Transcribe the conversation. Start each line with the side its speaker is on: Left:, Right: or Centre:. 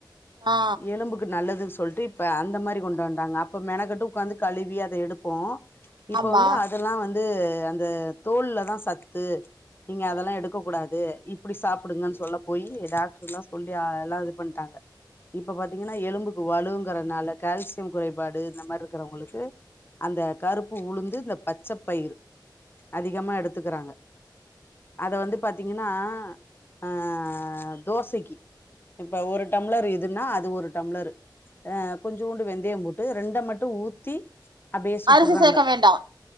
Right: ஆ
Left: எலும்புக்கு நல்லது சொல்ட்டு இப்ப அந்த மாரி கொண்டு வன்டாங்க அப்ப மெனக்கட்டு உக்காந்து கழுவி அத எடுப்போ இப்ப
Right: ஆமா
Left: வந்து அதெல்லா வந் து அந்த தோல்ல தா சத்து நீங்க அதெல்லா
Right: ம்
Left: எடுக்க கூடாது அப்புடி சாப்புடுங்கன் சொல்ல போயி டாக் ட்ருல்லா சொல்லி எல்லா இது பண் டாங்க இப்ப பாத்தீங்கன்னா எலும்புக்கு வலுங்கறனால கால்சியம் குறைபாடு இந்த மாரி இருக்கிறவங்களுக்கு அந்த கருப்பு உளுந்து இந்த பச்ச பயிறு அதிகமா எடுத்துக்கறாங்க. அத வந்து பாத்தீங்கன்னா ஆ தோசைக்கி இப்ப ஒரு டம்ளர் இ துன்னா அது ஒரு டம்ளரு ஆ கொஞ்சோண்டு வெந்தயம் போட்டு ரெண்ட மட்டு ஊத்தி அப்டியே சுட்டுறாங்க
Right: அரிசி சேக்க வேண்டா?